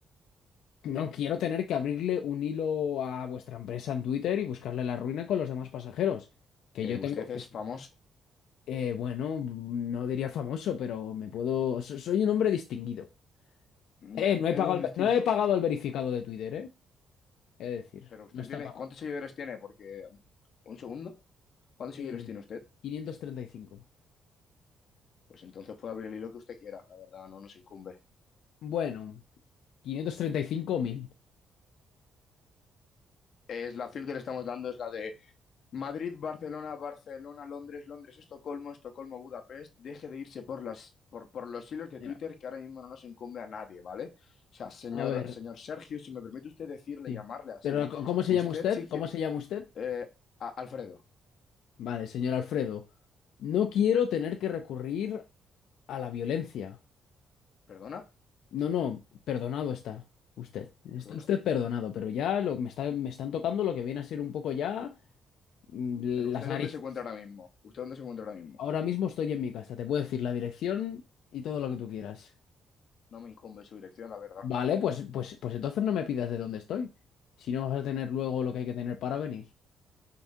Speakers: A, on the left; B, on the left.
A: No quiero tener que abrirle un hilo a vuestra empresa en Twitter y buscarle la ruina con los demás pasajeros. Que
B: Eh,
A: yo
B: usted
A: tengo, que-
B: es famoso.
A: eh, bueno, no diría famoso, pero me puedo. so- Soy un hombre distinguido.
B: Mm,
A: Eh, no he
B: Eres
A: pagado
B: un
A: el, ve-
B: distinto.
A: no he pagado el verificado de Twitter, ¿eh? Es decir,
B: Pero usted
A: no está
B: tiene,
A: pagado.
B: ¿cuántos seguidores tiene? Porque, un segundo, ¿cuántos seguidores
A: Eh,
B: tiene usted?
A: 535.
B: Pues entonces puede abrir el hilo que usted quiera, la verdad, no nos incumbe.
A: Bueno, quinientos treinta y cinco mil.
B: Es la opción que le estamos dando, es la de Madrid, Barcelona, Barcelona, Londres, Londres, Estocolmo, Estocolmo, Budapest. Deje de irse por las, por, por los hilos de
A: Mira,
B: Twitter que ahora mismo no nos incumbe a nadie, ¿vale? O sea, señor,
A: a ver,
B: señor Sergio, si me permite usted decirle,
A: sí.
B: llamarle así,
A: Pero, c- ¿cómo se
B: usted
A: llama usted?
B: sí que...
A: ¿Cómo se llama usted?
B: eh, a- Alfredo,
A: Vale, señor Alfredo. No quiero tener que recurrir a la violencia.
B: ¿perdona?
A: No, no, perdonado está usted. Está
B: ¿Perdona?
A: usted perdonado, pero ya lo, me está, me están tocando lo que viene a ser un poco ya mm, las
B: ¿Pero usted
A: narices.
B: dónde se encuentra ahora mismo? ¿Usted dónde se encuentra ahora mismo?
A: Ahora mismo estoy en mi casa, te puedo decir la dirección y todo lo que tú quieras.
B: No me incumbe su dirección, la verdad.
A: Vale, pues, pues, pues entonces no me pidas de dónde estoy. Si no vas a tener luego lo que hay que tener para venir.